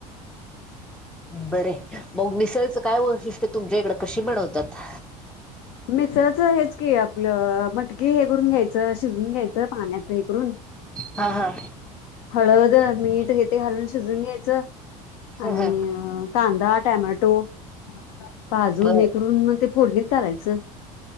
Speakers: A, in the centre; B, on the left.
A: बर यं. मग मिसळचं काय वैशिष्ट्य -- तुमच्या इकडं कशी बनवतात?
B: मिसळच हेच की आपलं मटकी हे करून घ्यायचं शिजवून घ्यायचं पाण्याच हे करून --
A: हा हा.
B: हळद, मीठ हे ते घालून शिजवून घ्यायचं.
A: ह
B: आनी..
A: ह
B: अ.. कांदा, टोमॅटो. रिकामा ऑडिओ पाजून,
A: बर
B: हे करून, मग ते.. फोडणीत घालायचं.